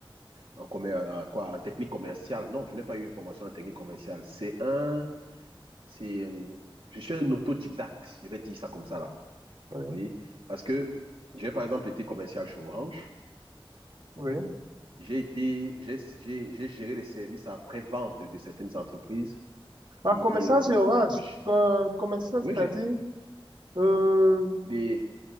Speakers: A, on the right; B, on the right.
A: en commer- en quoi, en technique commerciale. Non, je n'ai pas eu une formation en technique commerciale. C'est un, c'est, euh, je suis un autodidacte, je vais dire ça comme ça là.
B: oui,
A: Oui, parce que j'ai par exemple été commercial chez Orange.
B: oui.
A: J'ai été, j'ai, j'ai, j'ai géré les services après-vente de certaines entreprises.
B: Ah,
A: Et,
B: commerçant
A: euh,
B: chez Orange,
A: j'-
B: euh, commerçant,
A: oui,
B: c'est-à-dire
A: j'ai
B: euh,
A: des,